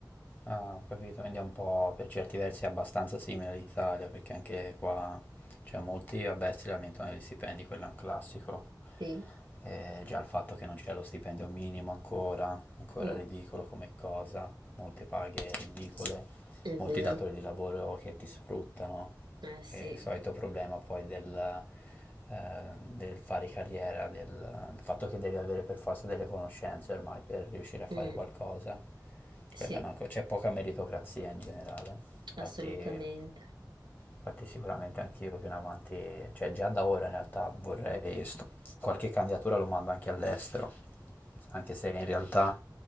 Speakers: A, on the left (about 25°); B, on the right (about 90°).
A: Ah, ho capito, quindi è un po' per certi versi abbastanza simile all'Italia, perché anche qua, cioè molti, vabbè, si lamentano degli stipendi, quello è un classico,
B: Sì,
A: eh, già il fatto che non c'è lo stipendio minimo ancora, ancora
B: mm,
A: ridicolo come cosa, molte paghe ridicole,
B: è
A: molti
B: vero,
A: datori di lavoro che ti sfruttano,
B: eh sì,
A: e il solito problema poi del, eh, del fare carriera, del, il fatto che devi avere per forza delle conoscenze ormai per riuscire a fare
B: Mm,
A: qualcosa.
B: sì,
A: Quella è una co- c'è poca meritocrazia in generale, infatti
B: assolutamente.
A: Infatti sicuramente anch'io più in avanti, cioè già da ora in realtà vorrei sto- qualche candidatura lo mando anche all'estero, anche se in realtà